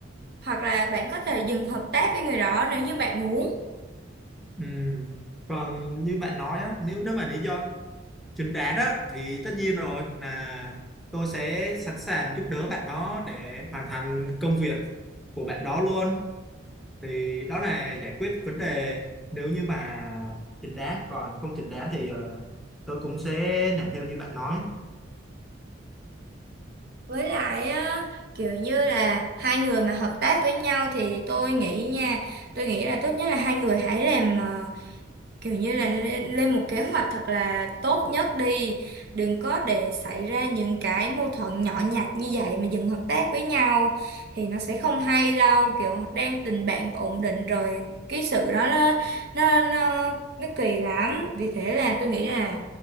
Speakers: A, on the right (about 55°); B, in the centre.
A: hoặc là bạn có thể dừng hợp tác với người đó nếu như bạn muốn.
B: ừ. còn như bạn nói á nếu nếu mà lý do chính đáng á thì tất nhiên rồi là tôi sẽ sẵn sàng giúp đỡ bạn đó để hoàn thành công việc của bạn đó luôn thì đó là giải quyết vấn đề nếu như mà chính đáng còn không chính đáng thì ờ, tôi cũng sẽ làm theo như bạn nói
A: Với lại á, kiểu như là hai người mà hợp tác với nhau thì tôi nghĩ nha, tôi nghĩ là tốt nhất là hai người hãy làm ờ, kiểu như là lên, lên một kế hoạch thật là tốt nhất đi đừng có để xảy ra những cái mâu thuẫn nhỏ nhặt như vậy mà dừng hợp tác với nhau thì nó sẽ không hay đâu kiểu đang tình bạn ổn định rồi cái sự đó nó nó nó, nó kỳ lắm vì thế là tôi nghĩ là